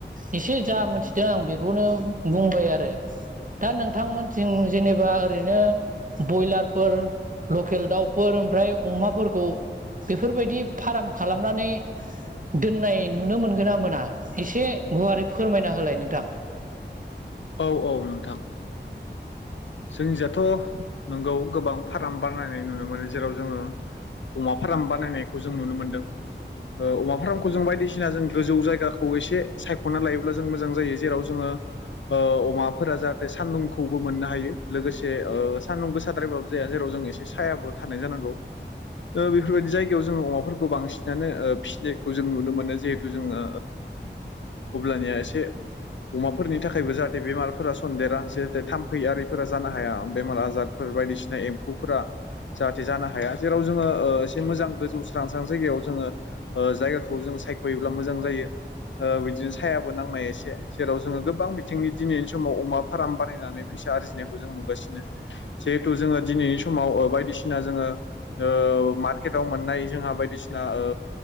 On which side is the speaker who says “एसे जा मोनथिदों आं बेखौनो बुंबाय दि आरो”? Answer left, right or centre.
Right